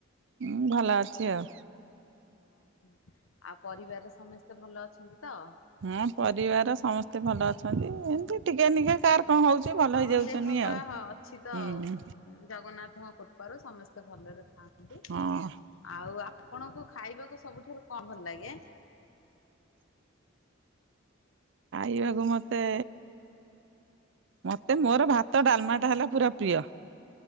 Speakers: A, on the right; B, on the left.
A: ହୁଁ ଭଲ ଅଛି ଆଉ।
B: ଓ ହୁଁ ଆଉ ପରିବାରର ସମସ୍ତେ ଭଲ ଅଛନ୍ତି ତ?
A: ହଁ ପରିବାର ସମସ୍ତେ ଭଲ ଅଛନ୍ତି ଏମତି ଟିକେ ନିିକେ କାର କଣ ହଉଛି। ଭଲ
B: ହଁ
A: ହେଇଯାଉଛନ୍ତି
B: ଦେହ ପା
A: ଆଉ।
B: ଅଛି ତ
A: ହୁଁ
B: ଆଉ ଜଗନ୍ନାଥଙ୍କ କୃପାରୁ ସମସ୍ତେ ଭଲରେ ଥାଆନ୍ତୁ
A: ହଁ
B: ଆଉ ଆପଣଙ୍କୁ ଖାଇବାକୁ ସବୁଠାରୁ କଣ ଭଲ ଲାଗେ?
A: ଖାଇବାକୁ ମତେ ମତେ ମୋର ଭାତ ଡାଲମା ଟା ହେଲା ପୁରା ପ୍ରିୟ।